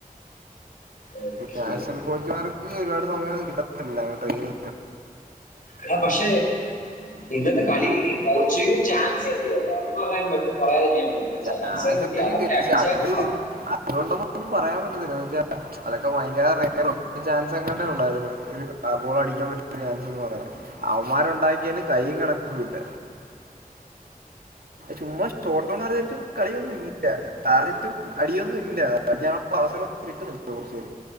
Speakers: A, on the left (about 65°); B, on the right (about 85°).
A: ഓക്കെ
B: നാഷണൽ കോച്ച്മാർക്ക് ഒരുപാട് സമയമൊന്നും കിട്ടത്തില്ല ട്രെയിനി
A: എടാ പക്ഷേ ഇന്നത്തെ കളിയിൽ പോർച്ചുഗലിന് ചാൻസ് കിട്ടിയോ അത് പറയാൻ പറയാതിരിക്കാൻ പറ്റില്ല
B: ചാൻസ്
A: ചാൻസക്കെ കിട്ടി
B: ഒക്കെ
A: അതൊക്കെ അടിച്ചാകുമോ
B: പക്ഷെ അത് അതുകൊണ്ടൊന്നും പറയാൻ പറ്റത്തില്ലന്ന് വെച്ചാ അതൊക്കെ ഭയങ്കര റയർ ചാൻസ് അങ്ങാട്ടെ ഉണ്ടായിരുന്നു ഒരു ഗോൾ അടിക്കാൻ വേണ്ടീട്ട് ഒരു ചാൻസ്ന്ന് പറയാൻ അവന്മാര് ഉണ്ടാക്കിയേന് കൈയ്യും കണക്കും ഇല്ല ചുമ്മാ ചഷോട്ടോണററ്റും കളിയൊന്നും ഇല്ല ടാർഗറ്റും അടിയൊന്നും ഇല്ല ഇപ്പം അവസരം കിട്ടുന്നു കുറ